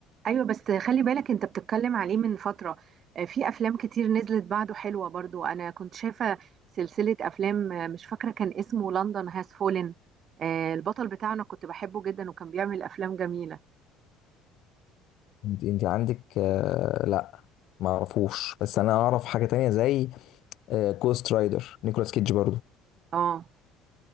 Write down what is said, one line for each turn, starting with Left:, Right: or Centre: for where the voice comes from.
Right: ايوه بس خلي بالك انت بتتكلم عليه من فتره آه، في افلام كتير نزلت بعده حلوه برضو انا كنت شايفه سلسله افلام آه، مش فاكره كان اسمه لندن هاز فولن البطل بتاعنا كنت بحبه جدا وكان بيعمل افلام جميله
Left: انت انت عندك آه لا ما اعرفوش بس انا اعرف حاجه تانية زي آه كوست رايدر نيكولاس كيدج برضو
Right: اه